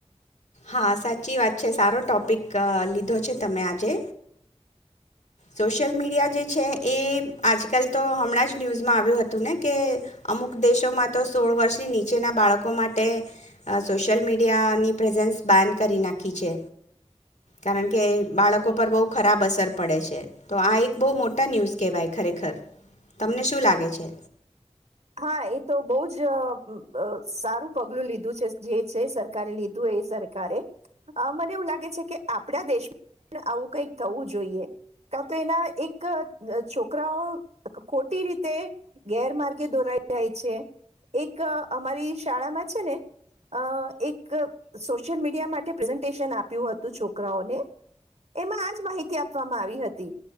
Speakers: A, on the left (about 75°); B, on the right (about 65°).
A: હા સાચી વાત છે સારો ટોપિક અ લીધો છે તમે આજે સોશિયલ મીડિયા જે છે એ આજકાલ તો હમણાં જ ન્યૂઝમાં આવ્યું હતું ને કે અમુક દેશોમાં તો સોળ વર્ષની નીચેના બાળકો માટે સોશિયલ મીડિયાની પ્રેઝન્સ બાન કરી નાખી છે કારણ કે બાળકો પર બહુ ખરાબ અસર પડે છે તો આ એક બહુ મોટા ન્યૂઝ કહેવાય ખરેખર તમને શું લાગે છે.
B: હા એ તો બહુ બ અ જ સારું પગલું લીધું છે જે છે સરકારે લીધું એ સરકારે અ મને એવું લાગે છે કે આપડા દેશમાં આવું કઈક થવું જોઈએ કા તો એના એક છોકરાઓ ખોટી રીતે ગેરમાર્ગ દોરાઈ જાય છે એક અમારી શાળામાં છે ને અ એક સોશિયલ મીડિયા માટે પ્રેઝન્ટેશન આપ્યું હતું છોકરાઓને એમાં આજ માહિતી આપવામાં આવી હતી